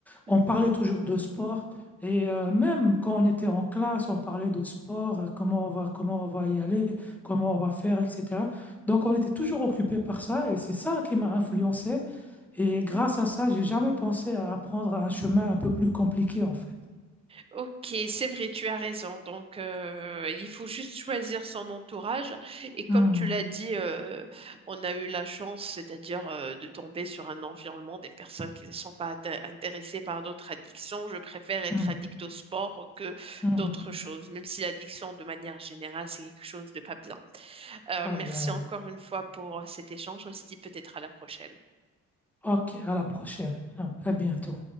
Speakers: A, on the right; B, in the centre.
A: Mhm.
B: On parlait toujours de sport. Et euh, même quand on était en classe, on parlait de sport, euh, comment on va, comment on va y aller, comment on va faire, etc. Donc on était toujours occupés par ça et c'est ça qui m'a influencé. Et grâce à ça, j'ai jamais pensé à apprendre un chemin un peu plus compliqué en fait.
A: Ok, c'est vrai, tu as raison. Donc, euh, il faut juste choisir son entourage. Et comme
B: Mhm,
A: tu l'as dit, euh, on a eu la chance, c'est-à-dire euh, de tomber sur un environnement des personnes qui ne sont pas atte- intéressées par d'autres addictions. Je préfère être
B: mhm,
A: addict au sport que
B: mhm.
A: d'autres choses, même si l'addiction, de manière générale, c'est quelque chose de pas bien. Euh,
B: Ah
A: merci
B: bien,
A: encore
B: ouais.
A: une fois pour euh, cet échange. On se dit peut-être à la prochaine.
B: Ok, à la prochaine. à à bientôt.